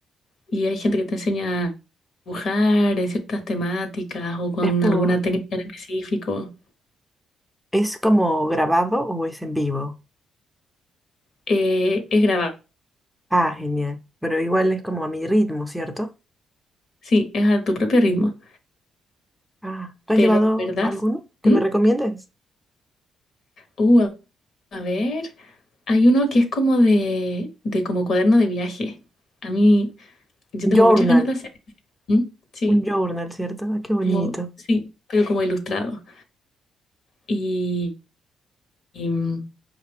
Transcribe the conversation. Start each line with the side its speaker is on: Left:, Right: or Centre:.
Left: Y hay gente que te enseña a dibujar en ciertas temáticas o con
Centre: Es por,
Left: alguna técnica en específico.
Centre: ¿es como grabado o es en vivo?
Left: Eh, es grabado.
Centre: Ah, genial. Pero igual es como a mi ritmo, ¿cierto?
Left: Sí, es a tu propio ritmo.
Centre: Ah, ¿tú has
Left: Pero
Centre: llevado
Left: de verdad,
Centre: alguno que
Left: ¿Mm?
Centre: me recomiendes?
Left: uh, a a ver, hay uno que es como de, de como cuaderno de viaje. A mí, yo
Centre: Journal,
Left: tengo muchas ganas de hacer. ¿Mm? Sí,
Centre: un journal, ¿cierto? Ah, qué bonito.
Left: como, sí, pero como ilustrado. Y, y, mm,